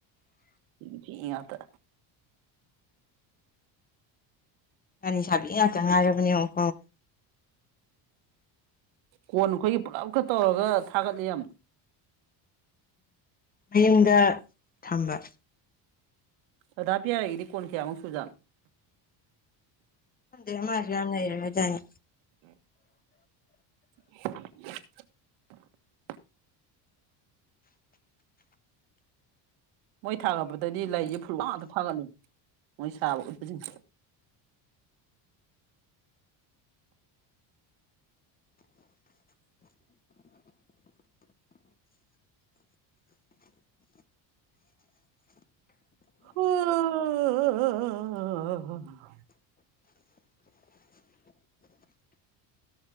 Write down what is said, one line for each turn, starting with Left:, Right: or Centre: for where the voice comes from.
Right: ꯐꯤꯒꯤ ꯐꯤ ꯉꯥꯛꯇꯥ
Left: <unintelligible> ꯂꯩꯁꯥꯕꯤ ꯉꯥꯛꯇ ꯉꯥꯏꯔꯕꯅꯦ <unintelligible>
Right: ꯀꯣꯟ ꯑꯩꯈꯣꯏꯒꯤ ꯄꯨꯂꯞꯈ ꯇꯧꯔꯒ ꯊꯥꯒꯠꯂꯤ ꯌꯥꯝ
Left: ꯃꯌꯨꯝꯗ ꯊꯝꯕ
Right: ꯑꯗꯥꯥꯄꯤꯤꯔ ꯑꯩꯗꯤ ꯀꯣꯟ ꯀꯌꯥꯨ ꯁꯨꯖꯥꯡ
Left: ꯈꯪꯗꯦ ꯃꯥꯁꯨ ꯌꯥꯝ ꯅꯩꯔꯦꯗꯥꯏꯅꯦ
Right: ꯎꯝ <unintelligible> ꯃꯣꯏ ꯊꯥꯒꯠꯄꯗꯗꯤ ꯂꯩꯁꯦ ꯐꯨꯜꯋꯥꯛ ꯉꯥꯛꯇꯥ ꯊꯥꯒꯠꯂꯤ ꯃꯣꯏ ꯁꯥꯕ ꯎꯠꯄꯁꯤꯡꯁꯤ <unintelligible>